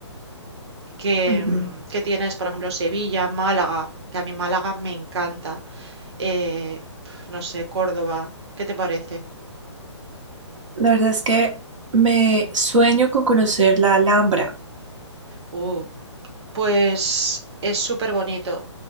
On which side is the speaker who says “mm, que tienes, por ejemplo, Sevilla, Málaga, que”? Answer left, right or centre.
Right